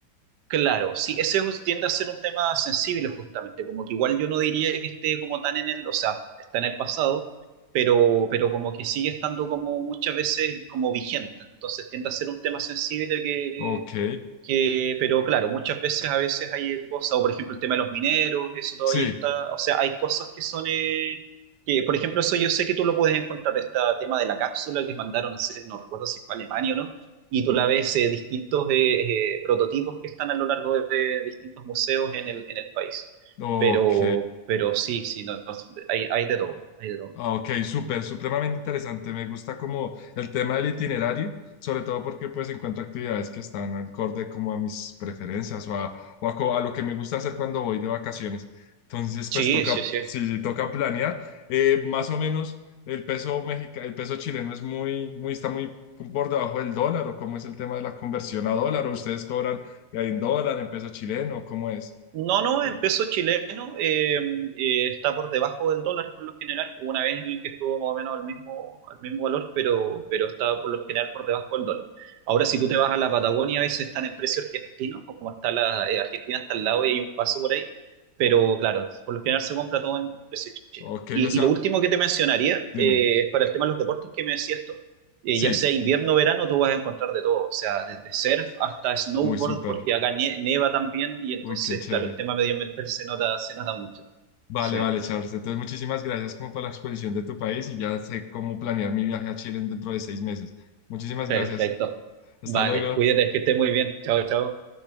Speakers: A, on the right; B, on the left.
A: Claro, sí, ese es- tiende a ser un tema sensible justamente, como que igual yo no diría que esté como tan en el, o sea, está en el pasado, pero, pero como que sigue estando como muchas veces como vigente, entonces tiende a ser un tema sensible que,
B: Ok,
A: que, pero claro, muchas veces a veces hay cosas, o por ejemplo el tema de los mineros, eso todavía
B: sí,
A: está, o sea, hay cosas que son, eh, que por ejemplo eso yo sé que tú lo puedes encontrar, este tema de la cápsula que mandaron a hacer, no recuerdo si fue a Alemania o no, y tú la ves eh, distintos eh, eh, prototipos que están a lo largo de, de distintos museos en el, en el país.
B: ok,
A: Pero, pero sí, sí, no, no, hay, hay de todo, hay de todo.
B: ah, ok, súper, supremamente interesante. Me gusta como el tema del itinerario, sobre todo porque pues encuentro actividades que están acorde como a mis preferencias o a, o a, co- a lo que me gusta hacer cuando voy de vacaciones. Entonces,
A: Sí,
B: pues toca,
A: sí, sí.
B: sí, sí, toca planear. Eh, más o menos el peso mexica, el peso chileno es muy, muy, está muy por debajo del dólar o cómo es el tema de la conversión a dólar o ustedes cobran en dólar, en peso chileno, ¿cómo es?
A: No, no,
B: Eh,
A: en peso chileno eh, eh, está por debajo del dólar por lo general. Hubo Una vez que estuvo más o menos al mismo, al mismo valor, pero, pero está por lo general por debajo del dólar. Ahora, si tú te vas a la Patagonia, a veces están en precio argentino, como está la eh, Argentina está al lado y hay un paso por ahí. Pero claro, por lo general se compra todo en precio chileno.
B: ok,
A: Y,
B: o sea,
A: y lo último que te mencionaría
B: dime.
A: eh, es para el tema de los deportes que me decías tú eh,
B: Sí,
A: ya sea invierno o verano, tú vas a encontrar de todo, o sea, desde surf hasta snowboard,
B: uy, súper,
A: porque acá nie- nieva también y entonces,
B: uy, qué chévere.
A: claro, el tema medioambiental se nota, se nota mucho.
B: Vale,
A: Sí,
B: vale, Charles. Entonces, muchísimas gracias como por la exposición de tu país y ya sé cómo planear mi viaje a Chile dentro de seis meses. Muchísimas
A: perfecto.
B: gracias. Hasta
A: Vale,
B: luego.
A: cuídate, que estés muy bien. Chao, chao.